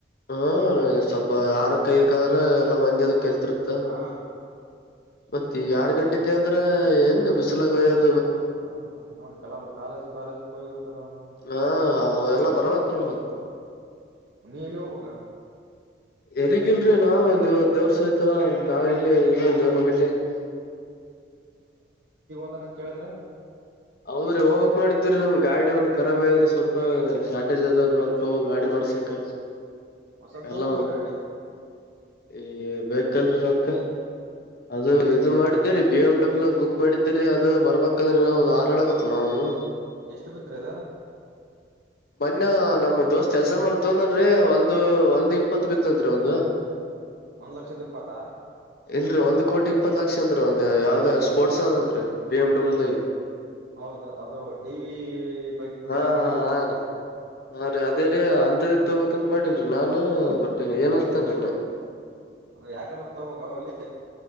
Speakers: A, on the left; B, on the right.
A: ಹ್ಮ ಸ್ವಲ್ಪ ಯರಕ್ಕೈದಕ ಅಂದ್ರೆ ಎಲ್ಲಾ ಮಂದಜದ ಕೆಲ್ತಿರ್ತ್ತ
B: ಹಾ ಸುಮ್ಮ್ನೆ
A: ಮತ್ತ ಈಗ ಎರಡ್ ಗಂಟೆಕ ಅಂದ್ರೆ ಹೆಂಗ ಬಿಸಲ ಹಯ್ಯದು
B: ಹ ನೋಡ್ ಕೆಲವರು ಕಾಲೇಜ್ ಕಾಲೇಜಕ್ ಹೋಗಿರ್ತಾರ ಅವೋನು
A: ಹಾ
B: ಹುಡುಗ
A: ಎಲ್ಲಾ ಬರ್ಬೇಕಲ್ ಮತ್
B: ಹ ನೀ ಎಲ್ಲಿ ಬ ಪಕ
A: ಎರಿಗಿಲ್ರಿ ನಾವ್ ದೇವ ದೇವ್ರ ಸೋತವ ನಾವ ಇಲ್ಲಿ ಇ ದೇವ್ರನ ಮೆ
B: ಾರ ಅಂತ ಹೇಳೇಳಿದ್ರೆ
A: ಹೌದ್ರಿ ಹೋಗಕ್ ಮಾಡಿದ್್ರರಿ ನಮ್ ಗಾಡಿ ಒಂದ್ಖರಾಬ ಆಐದ್ರಿ ಸ್ವಲ್ಪ ಶಾರ್ಟೇಜ್ ಅದ ರೊಕ್ಕ ಗಾಡಿ ಮಾಡ ಹಸಕ್ಕ
B: ಹೊಸದ್ ತಗೊಂಡ್ಬಿಡ್ರಿ
A: ಎಲ್ಲ
B: ಗಾಡಿ
A: ಈ ಬೇಕಲ್ರರಿ ರಕ್ಕ ಅದು ಇದು ಮಾಡಿದ್ದೀರಿ ಬಿ ಎಮ್ ಡಬ್ಲ್ಯೂ ಬುಕ್ ಮಾಡಿದ್ದೀರಿ ಅದು ಬರ್ಬೇಕಂದ್ರೆ ನ ಒಂದು ಆರು ಎಳಗೊತ್ತ ನಾವನು
B: ಎಷ್ಟು ಬಿತ್ ಅದ
A: ಮೊನ್ಯ ನಮ್ ದೋಸ್ತ್ ಎಸ ಮಾರ್ತವನನ್ರಿ ಒಂದು ಒಂದ್ ಇಪ್ಪತ್ ಬಿದಂರಿ ಒಂದು
B: ಒಂದ್ ಲಕ್ಷದ ಇಪ್ಪತಾ
A: ಇಲ್ರರಿ ಒಂದ್ ಕೋಟಿ ಇಪ್ಪತ್ ಲಕ್ಷ ಅಂತ್ರಿೀ ಒಂದ್ ಯಾವ್ದ ಸ್ಪೋರ್ಟ್ಸ್ ಅದತ್ ರರಿ ಬಿ ಎ್ ಡಬ್ಲ್
B: ಹೌದ ಅದು ಡಿ ವಿ ಬಗ್ಗೆ
A: ಹಾ
B: ಕೇಳಿ ತೊಂಡಿರ
A: ಹಾ ಹಾ ಹಾ ರೀ ಅದೇ ರೀ ಅಂಂತದ ತೋಬೇಕಕ್ಂತ ಮಾಡೇನ್ರಿ ನಾನು ಬಟ್ಟ ಏನ್ ಹತೇನ್ರೀ
B: ಯಾಕಲರ್ ತಬಬೇಕ ಅಲ್ಲಿ